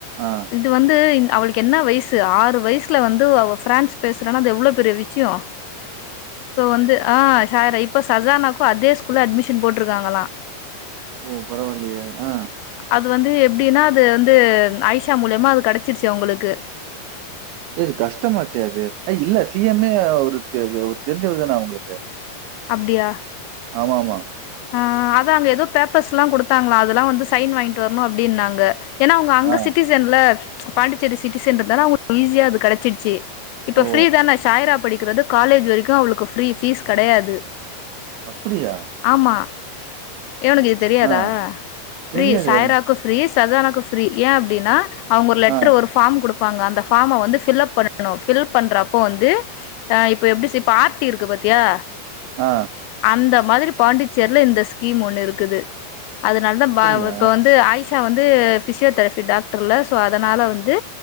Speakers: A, on the right; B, on the left.
A: ஆ
B: இது வந்து அவளுக்கு என்ன வயசு ஆறு வய்ஸ்ல வந்து அவோ ஃப்ரான்ஸ் பேசுரானா அது எவ்ளோ பெரிய விஷ்யோ சோ வந்து ஆ ஷாய்ரா இப்ப சசானாக்கு அதே ஸ்கூல்ல அட்மிஷன் போட்ருக்காங்களா
A: ஓ பரவா இல்லையே ஆ
B: அது வந்து எப்டினா அது வந்து ஆய்ஷா மூல்யமா அது கெடச்சிருச்சு அவுங்களுக்கு
A: இது கஷ்டமாச்சே அது அ இல்ல சி எம்மே அவுருக் தெரிஞ்சவர் தெரிஞ்சவர்தானா அவுங்ளுக்கு
B: அப்டியா
A: ஆமாம்மா
B: ஆ அதா அங்க எதோ பேப்பர்ஸ்லா குடுத்தாங்ளா அதெல்லா வந்து சைன் வாய்ங்ட்டு வர்ணு அப்டின்னாங்க ஏன்னா அவுங்க அங்க
A: ஆ.
B: சிட்டிசன்ல பாண்டிச்சேரி சிட்டிசன்றதால அவு <inaudible> ஈஸியா அது கெடச்சிட்ச்சி. இப்ப
A: ஓ!
B: ஃப்ரீதான சாய்ரா படிக்கறது காலேஜ் வரிக்கு அவுளுக்கு ஃப்ரீ ஃபீஸ் கெடையாது.
A: அப்பிடியா?
B: ஆமா ஏ உனுக்கு இது தெரியாதா?
A: ஆ
B: ஃப்ரீ
A: தெரியாதே.
B: சாய்ராக்கு ஃபிரீ சஜானாக்கு ஃபிரீ ஏ அப்டினா அவுங்க ஒரு லெட்ரு
A: ஆ.
B: ஒரு ஃபாம் குடுப்பாங்க அந்த ஃபாம வந்து ஃபில் அப் பண்ணனு ஃபில் பண்றப்போ வந்து ஆ இப்ப எப்டி சி பார்ட்டி இருக்கு பாத்தியா?
A: ஆ.
B: அந்த மாதிரி பாண்டிச்சேர்ல இந்த ஸ்கீம் ஒண்ணு இருக்குது. அதுனால்தா பா
A: புரியல
B: இப்ப வந்து ஆய்ஸ் ஸா வந்து ஃபிசியோதரஃபி டாக்டர்ல்ல சோ அதனால வந்து